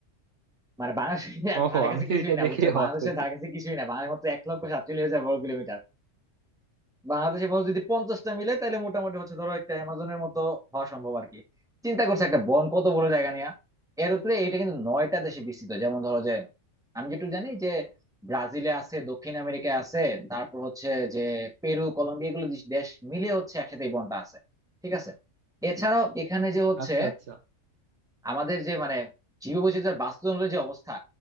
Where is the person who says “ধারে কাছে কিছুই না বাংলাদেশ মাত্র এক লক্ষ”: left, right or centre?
Centre